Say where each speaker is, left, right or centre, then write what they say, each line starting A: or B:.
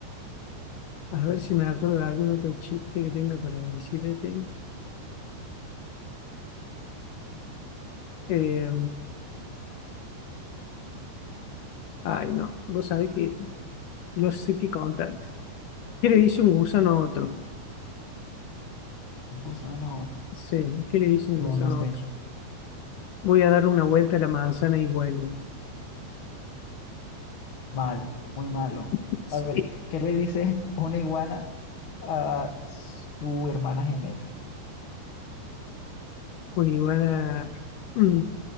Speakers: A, on the left; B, on the left.
A: A ver si me acuerdo de algún otro chiste que tenga para decirte. Eh, ay, no, vos sabés que no sé qué contarte. ¿Qué le dice un gusano a otro?
B: Un gusano a otro.
A: Sí, ¿qué le dice un
B: No,
A: gusano
B: no sé.
A: a otro? Voy a darle una vuelta a la manzana y vuelvo.
B: Malo, muy malo.
A: <laughs> Sí,
B: A ver, ¿qué le dice una iguana a su hermana gemela?
A: una iguana. mm,